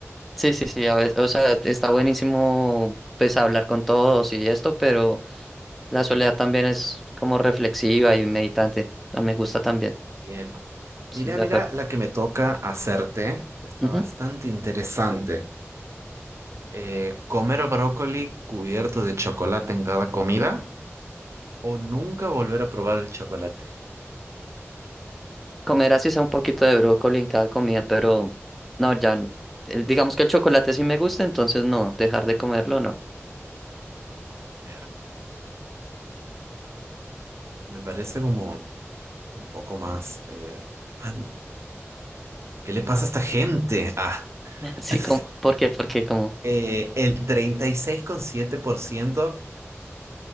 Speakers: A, in the centre; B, on the right.
A: Sí, sí, sí, a veces, o sea, está buenísimo pues hablar con todos y esto, pero... La soledad también es como reflexiva y meditante. Ah, Me gusta también.
B: Bien.
A: Estoy
B: Mira,
A: de
B: mira
A: acuerdo.
B: la que me toca hacerte. Está
A: Ujú.
B: bastante interesante. Eh, ¿comer brócoli cubierto de chocolate en cada comida o nunca volver a probar el chocolate?
A: Comer así sea un poquito de brócoli en cada comida, pero no, ya. n- el- Digamos que el chocolate sí me gusta, entonces no, dejar de comerlo no.
B: A ver, Me parece como un poco más... eh, ay, ¿Qué le pasa a esta gente? Ah,
A: <laughs> Sí,
B: <laughs>
A: como, ¿por qué? Porque como.
B: eh, el 36,7%